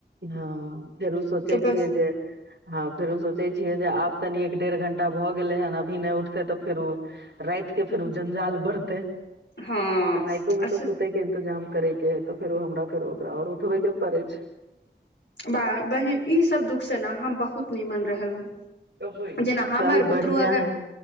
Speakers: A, on the right; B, on the left.
A: ह फेरो सोचै
B: तऽ
A: छियै
B: बस
A: जे ह फेरो सोचै छियै जे आब तनी एक डेढ़ घंटा भऽ गेलै हन अभी नहि उठते तऽ फेरो राति के फेर ओ जंजाल बढ़ते
B: हँ
A: राइतोमे
B: अच्छा
A: तऽ सु के इन्तजाम करे के है तऽ फेरो हमरा फेर ओकरा आर उठबे के पड़े छै
B: बा बहिन ईसभ दुखसँ ने हम बहुत निमन रहलहुँ
A: कब सोइब
B: जेना हमर
A: चल बढ़िया
B: बुतरू अगर।
A: है